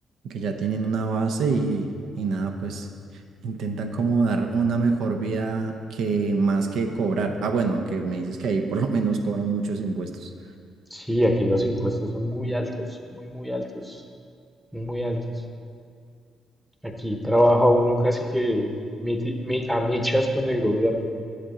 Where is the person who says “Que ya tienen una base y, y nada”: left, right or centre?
Right